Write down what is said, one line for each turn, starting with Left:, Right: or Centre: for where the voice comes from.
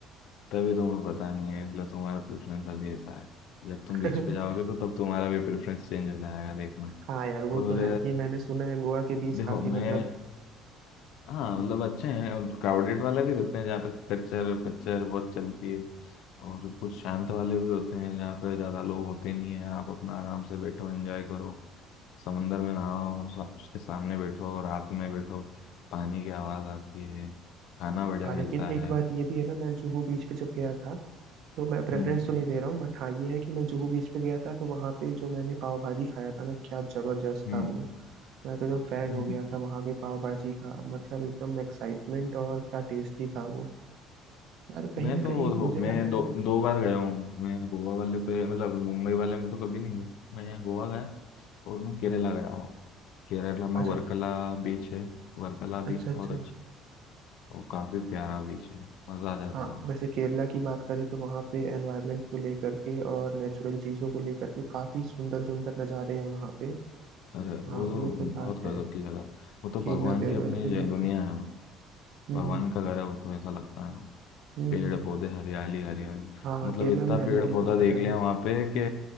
Left: तभी तुम्हें पता नहीं है इसलिए तुम्हारा प्रेफरेंस अभी ऐसा है जब तुम बीच
Right: है
Left: पे जाओगे
Right: <laughs>
Left: तो तब तुम्हारा भी प्रेफरेंस चेंज हो जाएगा देखना
Right: हाँ यार वो
Left: और
Right: तो है कि मैंने सुना है गोवा के बीच
Left: देखो
Right: काफी
Left: मैं
Right: मतलब
Left: हाँ मतलब अच्छे हैं और क्राउडेड वाले भी रहते हैं जहाँ पे कच्चर पच्चर बहुत चलती है और कुछ शांत वाले भी होते हैं जहाँ पे ज़्यादा लोग होते नहीं हैं आप अपना आराम से बैठो एंजॉय करो समंदर में नहाओ सा- उसके सामने बैठो रात में बैठो पानी की आवाज़ आती है खाना बढ़िया
Right: हाँ
Left: मिलता
Right: लेकिन एक
Left: है
Right: बात ये भी है ना मैं जुहू बीच पे जब गया था तो मैं प्रेफरेंस
Left: हम्म
Right: तो नहीं दे रहा हूँ बट हाँ ये है कि मैं जुहू बीच पे गया था तो वहाँ पे जो मैंने पाव भाजी खाया था ना क्या जबरदस्त
Left: हम्म
Right: था वो मैं तो एकदम फैन
Left: हम्म
Right: हो गया था वहाँ के पाव भाजी का मतलब एकदम एक्साइटमेंट और क्या टेस्टी था वो यार कहीं
Left: मैं
Right: ना
Left: तो
Right: कहीं
Left: हो
Right: मुझे लग
Left: मैं
Right: रहा
Left: दो
Right: है ना
Left: दो बार गया हूँ मैं गोवा वाले पे मतलब मुंबई वाले में तो कभी नहीं गया मैं यहाँ गोवा गया और मैं केरला गया हूँ केरला में
Right: अच्छा
Left: वर्कला बीच है वर्कला
Right: अच्छा
Left: बीच बहुत
Right: अच्छा
Left: अच्छा है, और काफी प्यारा बीच है मजा आ जाता
Right: हाँ
Left: है वहाँ
Right: वैसे केरला की बात करें तो वहाँ पे एनवायरनमेंट को लेकर के और नेचुरल चीज़ों को लेकर के काफ़ी सुंदर सुंदर नज़ारे हैं वहाँ पे
Left: और वो
Right: हाँ
Left: तो
Right: वो तो बात
Left: बहुत गजब
Right: है
Left: की जगह वो तो भगवान
Right: केरला पे
Left: की
Right: अगर
Left: अपनी
Right: लेक
Left: ये दुनिया है वो।
Right: हम्म
Left: भगवान
Right: हम्म
Left: का घर है वो तो ऐसा लगता है
Right: हम्म
Left: पेड़ पौधे हरियाली हरियाली
Right: हाँ
Left: मतलब
Right: केरला
Left: इतना
Right: में हरियाली
Left: पेड़ पौधा
Right: तो ज्यादा
Left: देख लिया
Right: है
Left: वहाँ पे कि